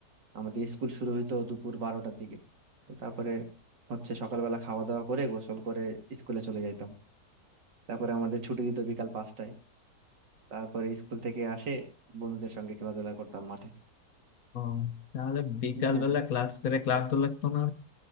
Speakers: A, on the right (about 85°); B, on the left (about 60°).
A: আমাদের স্কুল শুরু হইতো দুপুর বারোটার দিকে তো তারপরে হচ্ছে সকালবেলা খাওয়া দাওয়া করে গোসল করে স্কুলে চলে যাইতাম তারপরে আমাদের ছুটি দিত বিকাল পাঁচটায় তারপরে স্কুল থেকে আসে বন্ধুদের সঙ্গে খেলাধুলা করতাম মাঠে
B: ও, তাহলে বিকালবেলা
A: হ্যাঁ
B: ক্লাস করে ক্লান্ত লাগতো না